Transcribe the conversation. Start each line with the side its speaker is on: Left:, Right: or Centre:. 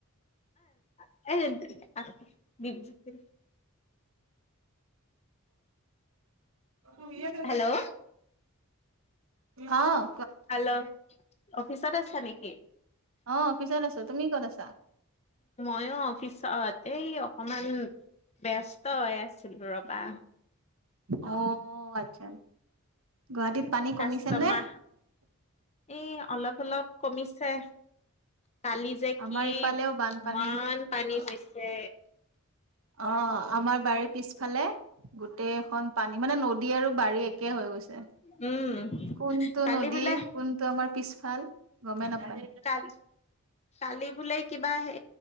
Left: অ এ <unintelligible> <unintelligible>
Right: শুনিয়ে নাপায়।
Left: হেল্ল'
Right: অঁ'।
Left: হেল্ল'! অফিচত আছা নেকি?
Right: অঁ' অফিচত আছো। তুমি ক'ত আছা?
Left: মইয়ো অফিছত এই অকনমান ব্যস্ত হৈ আছিলো ৰ'বা।
Right: অ', আচ্ছা। গুৱাহাটীত পানী
Left: কাষ্টমা,
Right: কমিছে নে
Left: এই অলপ অলপ কমিছে। কালি যে
Right: আমাৰ
Left: কি,
Right: ইফালেও বানপানী
Left: ইমান পানী হৈছে।
Right: অ', আমাৰ বাৰীৰ পিছফালে, গোটেই খন পানী, মানে নদ দী আৰু বাৰী একে হৈ গৈছে।
Left: উম,
Right: কোনটো
Left: কালি
Right: নদী,
Left: বোলে
Right: কোনটো আমাৰ পিছফাল গমে নাপায়।
Left: কালি কালি বোলে কিবা হে,